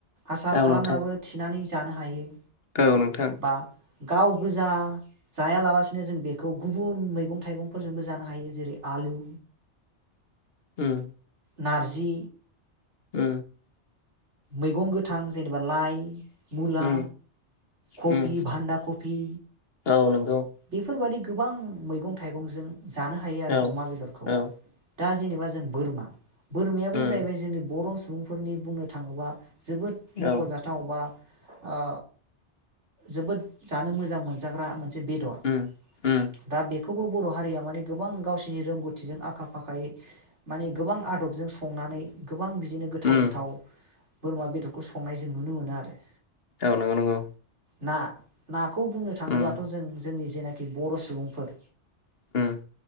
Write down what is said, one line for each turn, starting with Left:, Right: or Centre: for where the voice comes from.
Right: आसार खालामनाबो
Left: नोंथां
Right: थिनानै जानो हायो
Left: औ नोंथां
Right: बा गाव गोजा जायालाबा सेनो जों बेखौ गुबुन मैगं थाइगंफोरजोंबो जानो हायो जेरै आलु
Left: उम
Right: नारजि
Left: ओ
Right: मैगं गोथां जेनेबा लाइ मुला
Left: उम
Right: खफि
Left: उम
Right: बान्दा खफि
Left: औ नंगौ
Right: बेफोरबायदि गोबां मैगं थाइगंजों जानो हायो आरो
Left: औ
Right: अमा बेदरखौ
Left: औ
Right: दा जेने बा जों बोरमा बोरमायाबो
Left: उम
Right: जाहैबाय जोंनि बर' सुबुंफोरनि बुंनो थाङोबा जोबोद
Left: औ
Right: मख'जाथाव बा ओ जोबोद जानो मोजां मोनजाग्रा मोनसे बेदर
Left: उम
Right: <inaudible>
Left: उम
Right: दा बेखौबो बर' हारिया माने गोबां गावसोरनि रोंगौथिजों आखा फाखायै माने गोबां आदबजों संनानै गोबां बिदिनो गोथाव
Left: उम
Right: गोथाव बोरमा बेदरखौ संनाय जों नुनो मोनो आरो
Left: औ नंगौ नंगौ
Right: ना नाखौ बुंनो थाङोब्लाथ'
Left: उम
Right: जों जोंनि जेनाखि बर' सुबुंफोर
Left: उम